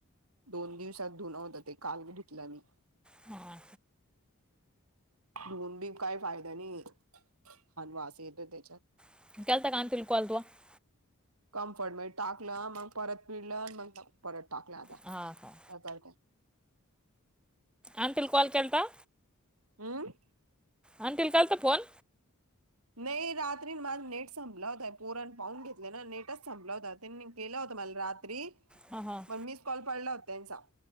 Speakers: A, on the right; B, in the centre.
A: दोन दिवसात धुना होता ते काल बी घेतलं मी.
B: हा
A: होन बी काही फायदा नाही आणि वास येतोय त्याचा.
B: <unintelligible>
A: कम्फर्ट मध्ये टाकलं मग परत पिडलं आणि मग परत टाकलं आता.
B: हा, हा.
A: हो <unintelligible>
B: आंटीला कॉल केलता.
A: हम्म.
B: आणतील कलता फोन.
A: नाही रात्री मझ नेट संपलावत पोरण पाहून घेतले ना नेटच संपल होत त्यांनी केला होता मला रात्री.
B: हा हां.
A: मण म मिस कॉल पडला होता त्यांचा.